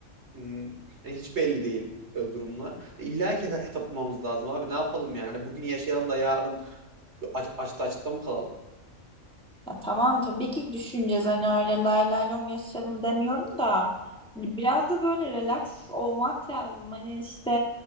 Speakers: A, on the right; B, in the centre.
A: hmm, yani hiç belli değil e, durumlar. İlla ki hesaplamamız lazım abi. Ne yapalım yani? Hani bugün yaşayalım da yarın aç, açta açıkta mı kalalım?
B: Ya tamam tabii ki düşüneceğiz hani öyle lay lay lom yaşayalım demiyorum da hani biraz da böyle relax olmak lazım hani işte